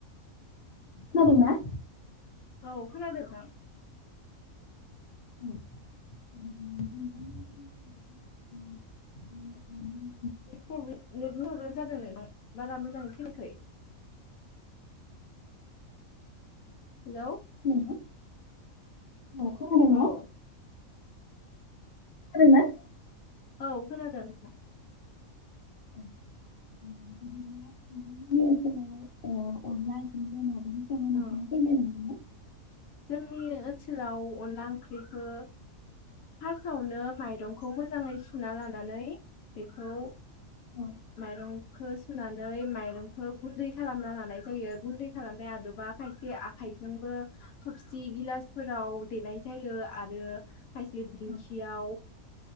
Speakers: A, on the left; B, on the left.
A: खोनादों ना?
B: औ खोनादों नोंथां।
A: <unintelligible>
B: नेट प्रब नेटनि प्रब्लेम जादों नोंथां बारा मोजाङै खोनाखै। हेलौ।
A: <unintelligible> खोनादों ना?
B: औ
A: <unintelligible>
B: औ खोनादों नोंथां।
A: <unintelligible>
B: औ।
A: फोरमायनो हागोन ना?
B: जोंनि ओनसोलाव अनला ओंख्रिखौ फार्स्टआवनो माइरंखौ मोजाङै सुना लानानै बेखौ
A: औ
B: मायरं। खौ सुनानै माइरंखौ गुन्दै खालामना लानाय जायो गुन्दै खालामनाया आदबा खायसे आखाइजोंबो थफसि गिलासफोराव देनाय जायो आरो खायसे दिंखियाव
A: औ